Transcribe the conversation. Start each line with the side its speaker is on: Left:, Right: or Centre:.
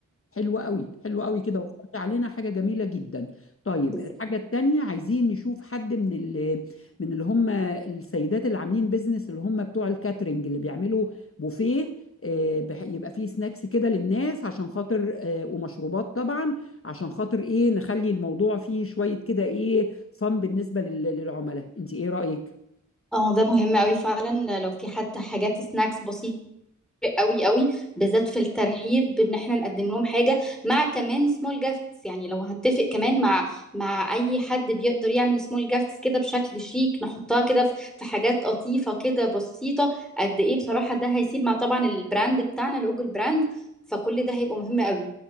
Left: حلو قوي حلو قوي كده وفرت علينا حاجة جميلة جدا طيب
Centre: بالظبط.
Left: الحاجة التانية عايزين نشوف حد من ال من اللي هم السيدات اللي عاملين بيزنس اللي هم بتوع الكاترينج اللي بيعملوا بوفيه آه، بح- يبقى فيه سناكس كده للناس عشان خاطر آه، ومشروبات طبعا عشان خاطر ايه نخلي الموضوع فيه شوية كده ايه فن بالنسبة لل- للعملاء انت ايه رأيك؟
Centre: اه ده مهم قوي فعلا لو في حتى حاجات سناكس بسيطة قوي قوي بالذات في الترحيب بان احنا نقدم لهم حاجه مع كمان سمول جافتس يعني لو هتفق كمان مع مع اي حد بيقدر يعمل سمول جافتس كده بشكل شيك نحطها كده في في حاجات لطيفه كده بسيطه قد ايه بصراحه ده هيسيب مع طبعا البراند بتاعنا لوجو البراند فكل ده هيبقى مهم قوي